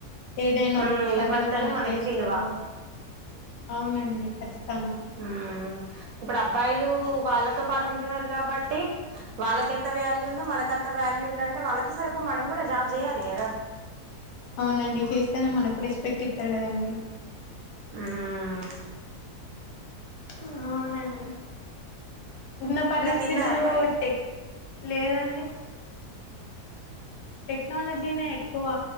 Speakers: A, on the left; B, on the right.
A: ఏదైనా
B: మ్మ్ నిలబడితేనే
A: సొంతగా పనులు
B: మనకి
A: చేసుకోవాలి
B: విలువ
A: అవునండి ఖచ్చితంగా
B: హమ్ ఇప్పుడు అబ్బాయిలు ళు వాళ్ళతో పాటు ఉంటున్నారు కాబట్టి వాళ్ళకి ఎంత వాల్యూ ఉందో మనకంత వాల్యూ ఉండాలి అంటే వాళ్ళతో సరిపోయి మనం కూడా జాబ్ చేయాలి కదా
A: అవునండి చేస్తేనే మనకు రెస్పెక్ట్ ఇస్తారు కదండి
B: హమ్
A: ఆ అవునండి ఉన్న పరిస్థితులు
B: ఇంకా తిన్నారా మరి
A: టే లేదండి టెక్నాలజీనే ఎక్కువ